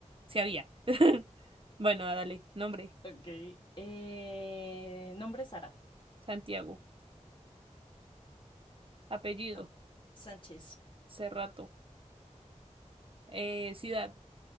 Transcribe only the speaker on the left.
Ok. Eh, nombre Sara.
Ah, Sánchez.